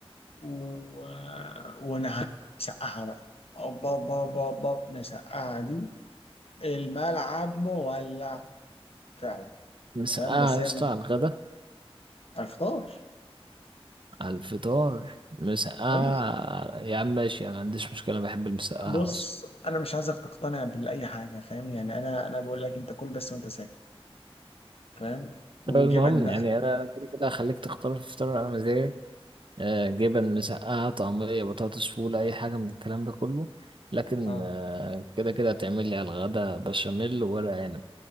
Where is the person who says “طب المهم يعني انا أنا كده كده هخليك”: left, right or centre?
Right